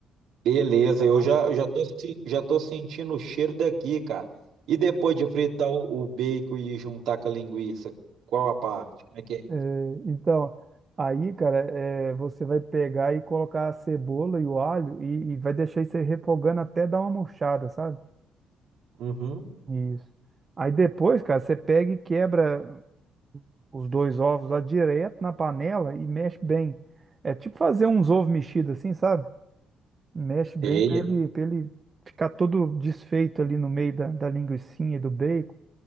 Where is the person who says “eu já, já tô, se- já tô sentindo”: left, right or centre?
Right